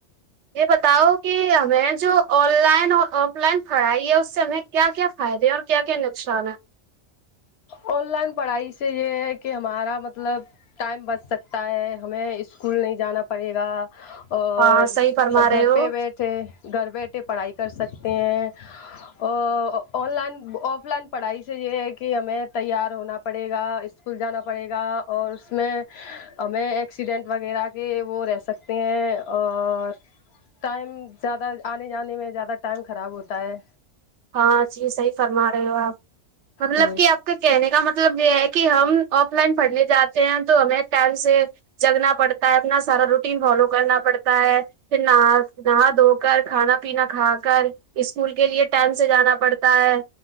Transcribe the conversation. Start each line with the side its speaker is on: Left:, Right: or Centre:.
Right: یہ بتاؤ کہ ہمیں جو آن لائن ہو اف لائن پڑھائی ہے اس سے ہمیں کیا کیا فائدے اور کیا کیا نقصان ہے
Left: ان لائن پڑھائی سے یہ ہے کہ ہمارا مطلب ٹائم بچ سکتا ہے ہمیں اسکول نہیں جانا پڑے گا اور
Right: ہاں صحیح فرما رہے
Left: گھر
Right: ہو
Left: پہ بیٹھے گھر بیٹھے پڑھائی کر سکتے ہیں ا آن لائن آف لائن پڑھائی سے یہ ہے کہ ہمیں تیار ہونا پڑے گا اسکول جانا پڑے گا اور اس میں ہمیں ایک ایکسیڈنٹ وغیرہ کے وہ رہ سکتے ہیں اور ٹائم زیادہ آنے جانے میں زیادہ ٹائم خراب ہوتا ہے
Right: ہاں جی صحیح فرما رہے ہو آپ مطلب
Left: ہوں
Right: کہ آپ کہنے کا مطلب یہ ہے کہ ہم آف لائن پڑھنے جاتے ہیں تو ہمیں ٹائم سے جگنا پڑتا ہے اپنا سارا روٹین فالو کرنا پڑ تا ہے پھر نہا نہا دھو کر کھانا پینا کھا کر اسکول کے لیے ٹائم سے جانا پڑتا ہے